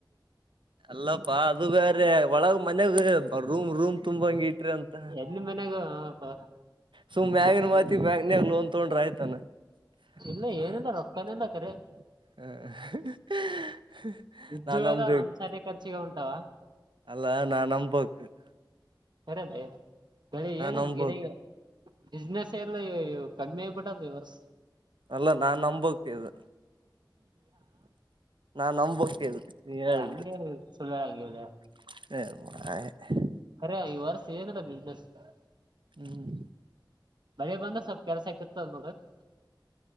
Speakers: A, on the right; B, on the right.
A: ಎಲ್ಲಪ್ಪಾ ಅದು ಬೇರೆ ಒಳಗ ಮ <unintelligible> ರೂಮ್ ರೂಮ್ ತುಂಬಾ ಹಂಗಿ <unintelligible> ಅಂತ
B: ಎಲ್ಲಿ ಮನ್ಯಾಗ ಪ-
A: ಸುನ್ನೆ ಮ್ಯಗ್ಲಿನ್ಮಾತಿಗೆ
B: ಇ-
A: ಬ್ಯಾಂಕ್ಯಾಗ ಲೋನ್ ತಗೊಂಡ್ರೆ ಆಯ್ತ <unintelligible>
B: ಇಲ್ಲ ಏನಿಲ್ಲ ರೊಕ್ಕನಿಲ್ಲ ಕರೆ ಇದ್ದು
A: ನಾನ್ ನಂಬಬೇಕ್
B: ಎಲ್ಲ ನಮ್ ಸಾರಿ ಖರ್ಚಿಗೆ ಉಂಟವ
A: ಅಲ್ಲಾ ನಾ ನಂಬೋಕ್ಕೆ <unintelligible>
B: ಸರಿೇ ಬೇ ಬೆಳ ಏನು
A: ನಂಬಕ್
B: ಗಿರಿ ಬಿಸ್ನೆಸ್ ಎಲ್ಲ <unintelligible> ಕಮ್ಮಿ ಆಗಪಟ್ಟ ವರ್ಸ್ <unintelligible>
A: ಅಲ್ಲ ನಾ
B: <unintelligible>
A: ನಂಬಕ್ ಇದು ನಾ ನಂಬಕ್ ಇದು ಹೇಳಿದ್ದು
B: ಅಂಗೆನಿಲ್ಲ ಸುಳ್ಳೆಳಗಿಂಗಿಲ್ಲ ಹೇಳ್.
A: <unintelligible>
B: ಕರೆ ಈ ವರ್ಷ ಏನದ ಬಿಸ್ನೆಸ್ <unintelligible>
A: ಹ್ಮ್ <inaudible>
B: ಬಳಿ ಬಂದ್ರೆ ಸ್ವಲ್ಪ ಕೆಲ್ಸ ಇಕ್ಕತ್ದ ನೋಡ್ರ <unintelligible>